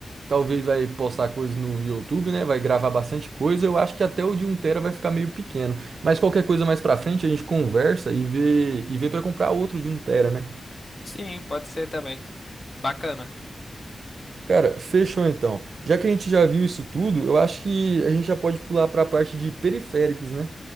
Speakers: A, on the right; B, on the left.
A: talvez vai postar coisas no, no YouTube, né? Vai gravar bastante coisa. Eu acho que até o de um tera vai ficar meio pequeno. Mas qualquer coisa mais pra frente a gente conversa e vê, e vê para comprar outro de um tera, né?
B: Sim, pode ser também. Bacana.
A: Cara, fechou então. Já que a gente já viu isso tudo, eu acho que a gente já pode pular pra parte de periféricos, né?